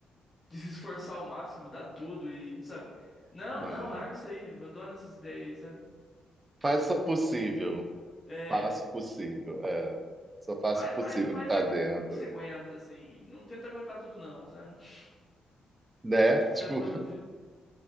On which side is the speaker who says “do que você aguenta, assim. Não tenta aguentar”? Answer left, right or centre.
Left